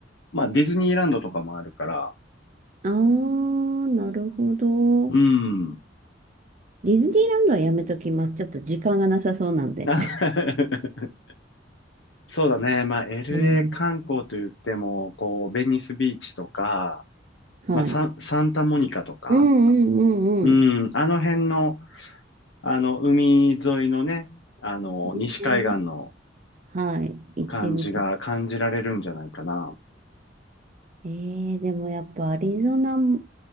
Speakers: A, on the left; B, on the right.
A: まあ、ディズニーランドとかもあるから、
B: ああ、なるほど。
A: うん。
B: ディズニーランドはやめときます。ちょっと時間がなさそうなんで。
A: <laughs> そうだね。まあ、LA
B: <laughs> うん、
A: 観光と言っても、こう、ベニスビーチとか、
B: <laughs> はい。
A: まあ、サン、サンタモニカとか、
B: うん、うん、うん、
A: うん、
B: うん。
A: あの辺の、あの、海沿いのね、あの、西海岸の
B: ねはい。行ってみたい。
A: 感じが感じられるんじゃないかな。
B: えー、でもやっぱアリゾナも